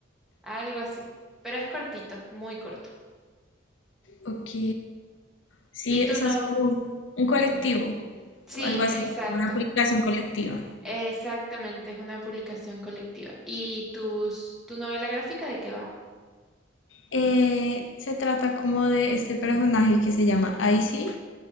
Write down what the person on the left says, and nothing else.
Ok. Sí,
o sea,
es como un colectivo,
o algo así,
como una aplicación colectiva.
Eh, se trata como de este personaje que se llama Icy,